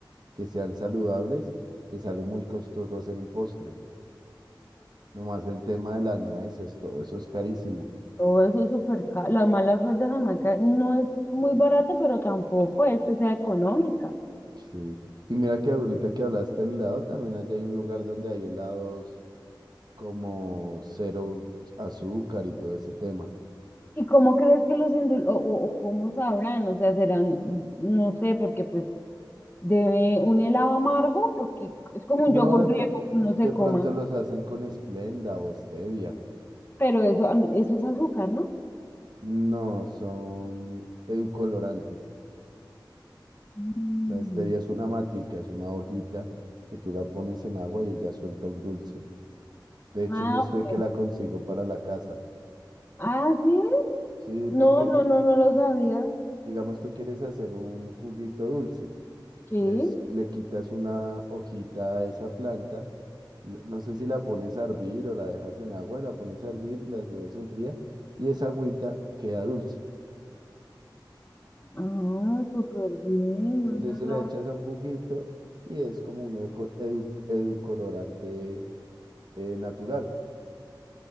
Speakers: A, on the right; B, on the left.
A: que sean saludables, te sale muy costoso hacer un postre. Nomás el tema de las nueces, todo eso es carísimo.
B: todo eso es súper caro. La mala flor de Jamaica no es muy barata, pero tampoco es que sea económica.
A: Sí. Y mira que ahorita que hablaste del helado, también allá hay un lugar donde hay helados como cero azúcar y todo ese tema.
B: ¿Y cómo crees que los indul o, o- o cómo sabrán? O sea, serán, no sé, porque pues debe un helado amargo, porque es como un
A: No,
B: yogur
A: de,
B: griego
A: pr-
B: que uno se
A: de
B: coma,
A: pronto los hacen con Esplenda o stevia.
B: pero eso, a mí- eso es azúcar, ¿no?
A: No, son eucolorantes.
B: Mm.
A: La stevia es una matica, es una hojita que tú la pones en agua y ella suelta un dulce. De hecho,
B: Ah,
A: yo
B: ok,
A: estoy que la consigo para la casa.
B: Ah, sí.
A: Sí,
B: No,
A: porque
B: no, no, no lo sabía.
A: digamos tú quieres hacer un juguito dulce,
B: Sí.
A: entonces le quitas una hojita a esa planta, l- no sé si la pones a hervir o la dejas en agua, la pones a hervir, la dudas en fría y esa agüita queda dulce.
B: Ah, súper bien.
A: Entonces
B: no sabía.
A: se la echas a un juguito y es como un educolorante eh, natural.